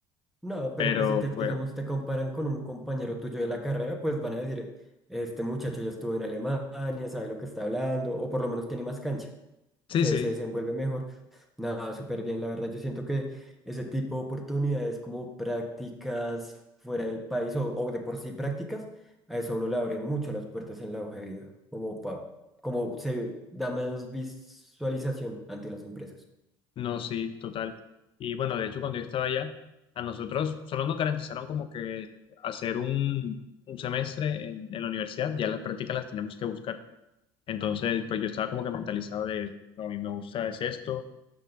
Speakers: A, in the centre; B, on the left.
A: No, pero
B: pero
A: pues si te, digamos,
B: fue,
A: te comparan con un compañero tuyo de la carrera, pues van a decir, este muchacho ya estuvo en Alemania, sabe lo que está hablando, o por lo menos tiene más cancha.
B: sí,
A: se,
B: sí,
A: se desenvuelve mejor. Nada, súper bien, la verdad. Yo siento que ese tipo de oportunidades como prácticas fuera del país o, o de por sí prácticas, a eso a uno le abren mucho las puertas en la hoja de vida, como, pa- como se da más visualización ante las empresas.
B: no, sí, total. Y bueno, de hecho, cuando yo estaba allá, a nosotros solo nos garantizaron como que hacer un, un semestre en, en la universidad, ya las prácticas las tenemos que buscar. Entonces, pues yo estaba como que mentalizado de, "No, a mí me gusta es esto,